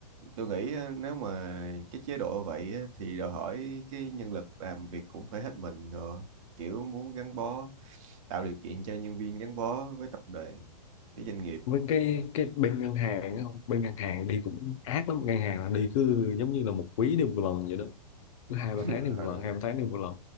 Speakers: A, on the right; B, on the left.
A: tôi nghĩ á, nếu mà cái chế độ vậy á, thì đòi hỏi cái nhân lực làm việc cũng phải hết mình rồi kiểu muốn gắn bó tạo điều kiện cho nhân viên gắn bó với tập đoàn với doanh nghiệp
B: với cái cái bên ngân hàng á, không, bên ngân hàng đi cũng ác lắm ngân hàng là đi cứ giống như là một quý đi một lần vậy đó cứ
A: <laughs>
B: hai ba tháng đi một
A: Ờ,
B: lần hai ba tháng đi một lần